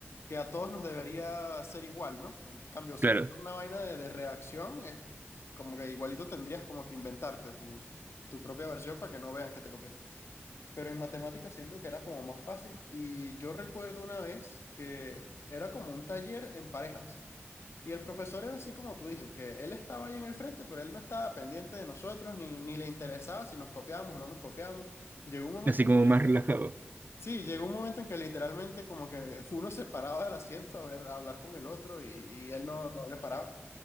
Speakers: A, on the left; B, on the right.
A: que a todos nos debería ser igual, ¿no? En cambio, si
B: Claro,
A: fuera una vaina de, de redacción, es como que igualito tendrías como que inventarte tu, tu propia versión para que no vean que te copiaste. Pero en matemáticas siento que era como más fácil y yo recuerdo una vez que era como un taller en parejas. Y el profesor era así como tú dices, que él estaba ahí en el frente, pero él no estaba pendiente de nosotros, ni, ni le interesaba si nos copiábamos o no nos copiábamos. Llegó un momento
B: así
A: en
B: como
A: que,
B: más relajado.
A: sí, llegó un momento en que literalmente como que <laughs> uno se paraba del asiento a ver, a hablar con el otro y, y él no, no le paraba.